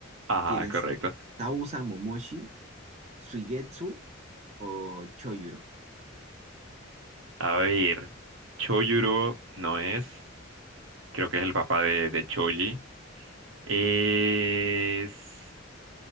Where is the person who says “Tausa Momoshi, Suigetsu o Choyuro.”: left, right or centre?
Right